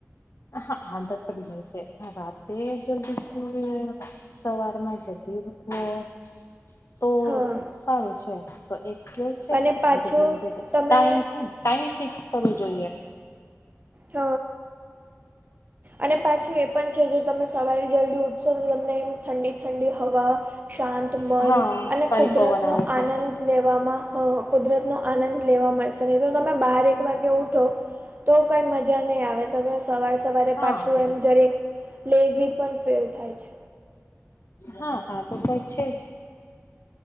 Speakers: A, on the left (about 60°); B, on the right (about 35°).
A: હા, આદત પડી જાય છે, રાતે જ દશું સવારમાં જ. દવ <unintelligible> તો
B: હા
A: સારું છે, તો એક છે,
B: અને પાછું
A: આદત બની, જ ટાઈમ.
B: તમે
A: ટાઈમ ફિક્સ કરવું જોઈએ.
B: હ અને પાછું એ પણ છે, જો તમે સવારે જલ્દી ઉઠશો, તો તમને એમ ઠંડી ઠંડી હવા. શાંત મન
A: હા
B: અને
A: સારી
B: કુદરત
A: પવન આવે
B: નો
A: છે
B: આનંદ. લેવામાં, કુદરતનો આનંદ લેવા મળશે ને, જો તમે બાર એક વાગે ઉઠો. કઈ મજા નહીં આવે, તમે સવારે સવારે
A: હા
B: પાછું એમ, જરેક લેઝી પણ ફીલ થાય છે.
A: હા, હા, તો પ છે જ.